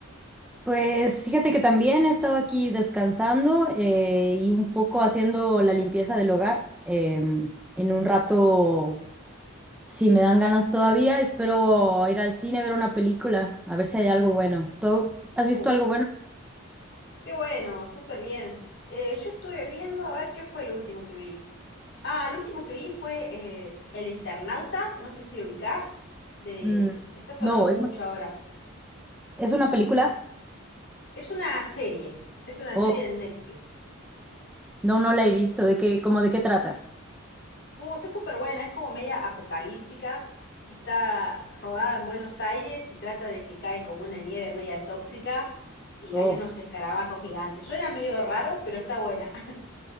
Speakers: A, in the centre; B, on the left.
A: Pues fíjate que también he estado aquí descansando eh, y un poco haciendo la limpieza del hogar. Em, en un rato, si me dan ganas todavía, espero ir al cine a ver una película, a ver si hay algo bueno. ¿Tú has
B: Oh,
A: visto algo bueno?
B: qué bueno, súper bien. Eh, yo estuve viendo a ver qué fue lo último que vi. Ah, lo último que vi fue eh, El Eternauta, no sé si lo ubicás, de...
A: Mm,
B: está sonando
A: no,
B: mucho
A: ¿es
B: ahora.
A: es una película?
B: Es una serie, es una serie
A: Oh,
B: de Netflix.
A: no, no la he visto. ¿De qué, cómo de qué trata?
B: Uh, está súper buena, es como media apocalíptica. Está rodada en Buenos Aires y trata de que cae como una nieve media tóxica y
A: Oh.
B: hay unos escarabajos gigantes. Suena medio raro, pero está buena.